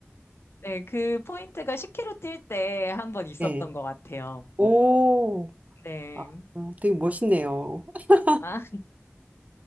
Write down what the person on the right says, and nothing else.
네.
오,
아, 아, 되게 멋있네요. <laughs>